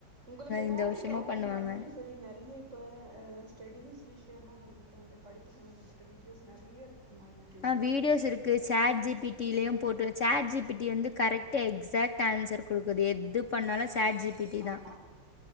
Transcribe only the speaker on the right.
உங்களுக்கு ஏதாவது
டவுட்
இருந்தாலுமே சரி நெறைய ட்ட அ ஸ்டேடிஸ் விஷ்யமா நம்மளுக்கு வந்து படிப்பு சம்மந்தப்பட்ட வீடியோஸ் நெறைய இருக்குமா யூட்
ஆமா